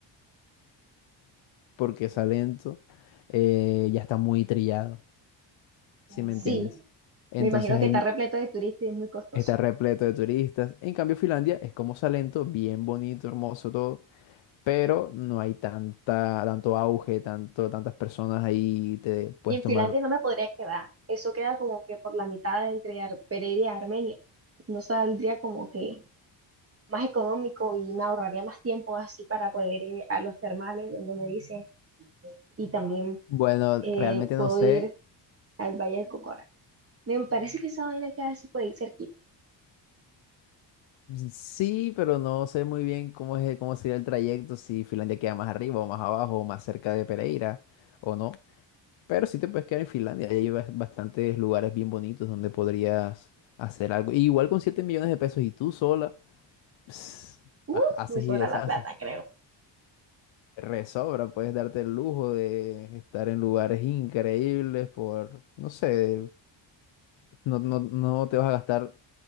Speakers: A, on the left (about 75°); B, on the right (about 30°).
A: porque esa lento eh, ya está muy trillado, si me
B: sí.
A: entiendes? Entonces
B: Me imagino
A: ahí
B: que está repleto de turistas y es muy costoso.
A: está repleto de turistas. En cambio, Finlandia es como Salento, bien bonito, hermoso todo, pero no hay tanta, tanto auge, tanto, tantas personas ahí te puedes
B: Y en
A: tomar.
B: Finlandia no me podría quedar. Eso queda como que por la mitad entre Ar- Pereira y Armenia. No saldría como que más económico y me ahorraría más tiempo así para poder ir a los termales donde me dice. Y también
A: Bueno,
B: eh,
A: realmente no
B: puedo
A: sé.
B: ir al Valle del Cocora. Me parece que esa vaina queda así por ahí cerquita.
A: Sí, pero no sé muy bien cómo es, cómo sería el trayecto, si Finlandia queda más arriba o más abajo o más cerca de Pereira o no. Pero sí te puedes quedar en Finlandia, ahí hay bas- bastantes lugares bien bonitos donde podrías hacer algo. Y igual con 7 millones de pesos y tú sola, ps,
B: Uh,
A: ha- haces
B: me sobra
A: y deshaces.
B: la plata, creo.
A: Te Resobra, puedes darte el lujo de estar en lugares increíbles por, no sé, no, no, no te vas a gastar,